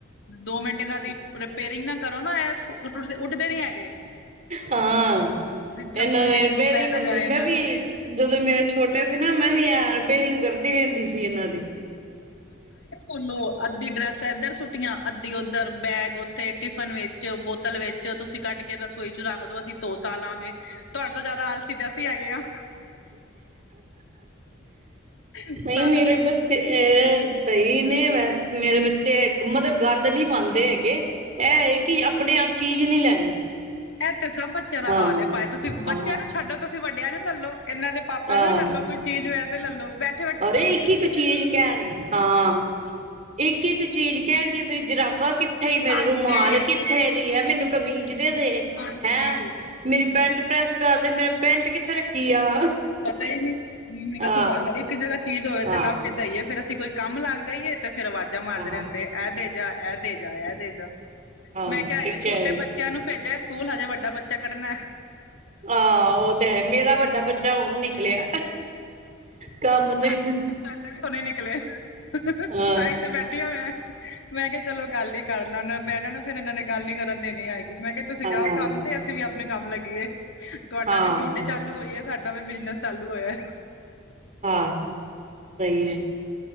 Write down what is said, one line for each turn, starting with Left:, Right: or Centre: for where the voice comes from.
Left: ਦੋ ਮਿੰਟ ਇਨਾਂ ਦੀ ਪਰਪੇਅਰਿੰਗ ਨਾ ਕਰੋ ਨਾ, ਐ ਉਠ--ਉੱਠਦੇ ਨੀ ਹੈਗੇ।
Right: ਹਾਂ,
Left: ਜਦ
Right: ਏਨਾਂ
Left: ਤੱਕ
Right: ਦੀ
Left: ਇੱਕ
Right: ਰਿਪੇਅਰਿੰਗ
Left: ਦੋ ਪੈ ਨਾ
Right: ਹੁੰਦੀ
Left: ਜਾਏ
Right: ਮੈਂ
Left: ਇਹਨਾਂ
Right: ਵੀ
Left: ਨੂੰ
Right: ਜਦੋਂ ਮੇਰੇ ਛੋਟਾ ਸੀ ਨਾ, ਮੈਂ ਵੀ ਰਿਪੇਅਰਿੰਗ ਕਰਦੀ ਰਹਿੰਦੀ ਸੀ ਜੀ ਏਨਾਂ ਦੀ।
Left: ਓ ਨੋ ਅੱਧੀ ਡਰੈਸ ਇੱਧਰ ਸੁੱਟੀਆਂ, ਅੱਧੀ ਓਦਰ, ਬੈਗ ਓ ਤੇ ਟਿਫਨ ਵਿੱਚ, ਬੋਤਲ ਵਿਚ ਤੁਸੀਂ ਕੱਡ ਕੇ ਰਸੋਈ ਚ ਰੱਖ ਦੋ, ਅਸੀਂ ਧੋ ਧਾਂ ਲਾਂਗੇ। ਤੋਡੇ ਤੋਂ ਜਾਦਾ ਆਲਸੀ ਅਸੀਂ ਹੈਗੇ ਆਂ। ਸਾਨੂੰ
Right: ਨ‌ਈ, ਮੇਰੇ ਬੱਚੇ ਅ ਸਹੀ ਨੀ ਵੈਸੇ ਮੇਰੇ ਬੱਚੇ, ਮਤਲਬ ਗੰਦ ਨੀ ਪਾਉਂਦੇ ਹੈਗੇ।
Left: ਵੀ
Right: ਐ ਏ ਕੀ ਆਪਣੇ-ਆਪ ਚੀਜ਼ ਨੀ ਲੈਣੀ।
Left: ਐ ਤੇ ਸਭ ਬੱਚਿਆਂ ਦਾ
Right: ਹਾਂ
Left: ਹਾਲ ਐ, ਭਾਵੇਂ- ਤੁਸੀਂ
Right: ਹਾਂ
Left: ਬੱਚਿਆਂ ਨੂੰ ਛੱਡੋ। ਤੁਸੀਂ ਵੱਡਿਆਂ ਨੂੰ ਲਲੋ। ਏਨਾਂ ਦੇ ਪਾਪਾ
Right: ਹਾਂ
Left: ਨੂੰ ਹੀ ਲੈਲੋ, ਕੋਈ ਚੀਜ਼ ਹੋਇ ਤੇ ਲੈਲੋ ਬੈਠ
Right: ਅਰੇ, ਇੱਕ -ਇੱਕ ਚੀਜ਼ ਕਹਿ ਦੀ--ਹਾਂ, ਇੱਕ- ਇੱਕ ਚੀਜ਼ ਕੈਨਗੇ ਮੇਰੀ ਜਰਾਬਾਂ ਕਿੱਥੇ ਈ, ਮੇਰਾ
Left: ਹਾਂਜੀ
Right: ਰੁਮਾਲ ਕਿੱਥੇ ਦੀ ਹੈ। ਮੈਨੂੰ ਕਮੀਜ਼ ਦੇ ਦੇ
Left: ਹਾਂਜੀ।
Right: ਹੈਂ ਮੇਰੀ ਪੈੰਟ ਪ੍ਰੈਸ ਕਰਦੇ, ਮੇਰੇ ਪੈਂਟ ਕਿੱਥੇ ਰੱਖੀ ਆ।
Left: ਪਤਾ ਈ ਨੀ ਮੇਰਾ
Right: ਹਾਂ
Left: ਸਬਾ ਇੱਕ ਜਗਾ ਚੀਜ਼ ਹੋਵੇ
Right: ਹਾਂ
Left: ਤੇ, ਲੱਭ ਕੇ ਦਈਏ ਫੇਰ ਅਸੀਂ ਕੋਈ ਕੰਮ ਲੱਗ ਜਾਈਏ ਤੇ ਫੇਰ ਵਾਜ਼ਾਂ ਮਾਰਦੇ
Right: ਹਾਂ
Left: ਰਹਿੰਦੇ, ਐ ਦੇ ਜਾ, ਐ ਦੇ ਜਾ, ਐ ਦੇ ਜਾ।
Right: ਹਾਂ
Left: ਮੈਂ ਕਿਹਾ-
Right: ਤੇ
Left: ਅਜੇ
Right: ਕਹਿ
Left: ਛੋਟੇ ਬੱਚਿਆਂ ਨੂੰ ਭੇਜਿਆ ਸਕੂਲ, ਹਜੇ ਵੱਡਾ ਬੱਚਾ ਕੱਢਣਾ।
Right: ਅ ਓ ਤੇ ਮੇਰਾ ਵੱਡਾ ਬੱ ਬੱਚਾ ਹੁਨ ਨਿਕਲਿਆ ਕੰਮ
Left: ਤੁਹਾਡਾ
Right: ਤੇ
Left: ਵੀ ਹੁਣੇ ਨਿਕਲੇ ਤਾਂ
Right: ਹਾਂ
Left: ਹੀ ਤੇ ਬੈਠਿਆਂ ਹੋਇਆ ਮੈਂ ਕਿਹਾ- ਚਲੋ, ਗੱਲ ਹੀ ਕਰਲਾਂ, ਏਨਾਂ ਬਹਿਣਾ ਨੂੰ ਫਿਰ ਏਨਾਂ ਨੇ ਗੱਲ ਨੀ ਕਰਨ ਦੇਣੀ ਹੈਗੀ, ਮੈਂ ਕਿਹਾ ਤੁਸੀਂ
Right: ਹਾਂ
Left: ਜਾਓ ਕੰਮ ਤੇ, ਅਸੀਂ ਵੀ ਆਪਣੇ ਕੰਮ ਲੱਗੀਏ, ਤੁਹਾਡਾ
Right: ਹਾਂ
Left: ਵੀ ਡਿਊਟੀ ਚਾਲੂ ਹੋਈਏ ਸਾ ਡਾ ਵੀ ਬਿਜਨਸ ਚਾਲੂ ਹੋਇਐ।
Right: ਹਾਂ ਸਹੀ ਹੈ